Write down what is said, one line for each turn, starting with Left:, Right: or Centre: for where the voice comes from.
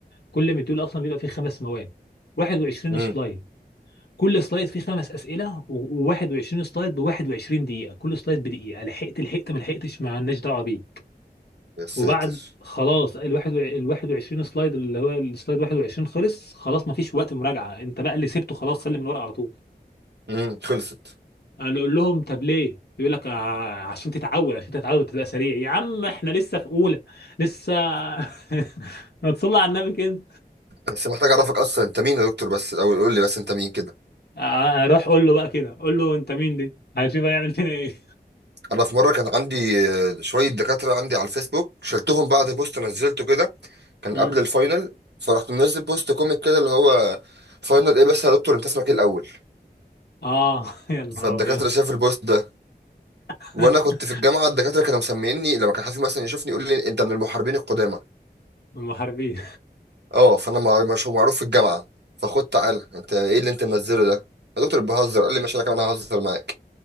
Left: كل مديول اصلا بيبقى فيه خمس مواد 21
Right: امم
Left: سلايد كل سلايد فيه خمس اسئله و21 سلايد ب 21 دقيقه كل سلايد بدقيقه لحقت لحقت ما لحقتش ما لناش دعوه بيه
Right: يا ساتر
Left: وبعد خلاص الواحد ال 21 سلايد اللي هو السلايد 21 خلص خلاص مفيش وقت مراجعه انت بقى اللي سبته خلاص سلم الورقه على طول
Right: امم خلصت
Left: انا اقول لهم طب ليه يقول لك "ع- عشان تتعود عشان تتعود تبقى سريع يا عم احنا لسه في اولى لسه <laughs> ما تصلي على النبي كده
Right: بس محتاج اعرفك اصلا انت مين يا دكتور بس الاول قول لي بس انت مين كده
Left: ع- اروح اقول له بقى كده اقول له انت مين دي هنشوف هيعمل فينا ايه
Right: انا في مره كان عندي آه، شويه دكاتره عندي على الفيسبوك شلتهم بعد بوست نزلته كده كان
Left: مم.
Right: قبل الفاينل فرحت منزل بوست كوميك كده اللي هو فاينل ايه بس يا دكتور انت اسمك ايه الاول
Left: اه <laughs> يا نهار
Right: فالدكاتره
Left: ابيض
Right: شاف البوست ده
Left: <laughs>
Right: وانا كنت في الجامعه الدكاتره كانوا مسميني لما كان حد مثلا يشوفني يقول لي انت من المحاربين القدامى
Left: المحاربين
Right: اه فانا مع- مش معروف في الجامعه فخد تعالى انت ايه اللي انت منزله ده يا دكتور بهزر قال لي ماشي انا كمان ههزر معاك